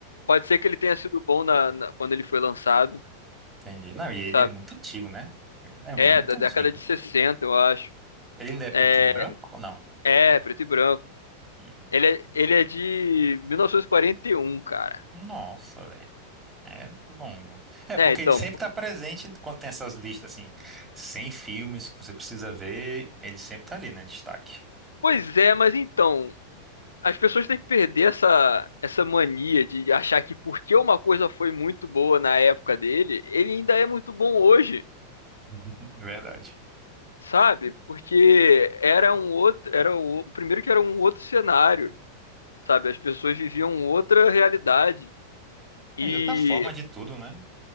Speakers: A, on the left (about 70°); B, on the right (about 15°).
A: Pode ser que ele tenha sido bom na, na- quando ele foi lançado,
B: Entendi. Não, e ele
A: sabe?
B: é muito antigo, né? Ele é muito
A: É, da década
B: antigo.
A: de 60 eu acho.
B: Ele ainda é preto
A: É,
B: e branco ou não?
A: é,
B: Né?
A: preto e branco.
B: Hum.
A: Ele é, ele é de mil novecentos e e quarenta e um cara.
B: Nossa, velho. É longo. É,
A: É,
B: porque
A: então.
B: ele sempre
A: É,
B: tá presente quando tem essas listas, assim, 100 filmes que você precisa ver, ele sempre tá ali, né? Destaque.
A: Pois é, mas então. As pessoas têm que perder essa, essa mania de achar que porque uma coisa foi muito boa na época dele, ele ainda é muito bom hoje,
B: <laughs> Verdade.
A: sabe? Porque era um outro, era o primeiro que era um outro cenário, sabe? As pessoas viviam outra realidade. E
B: É, E outra forma de tudo, né?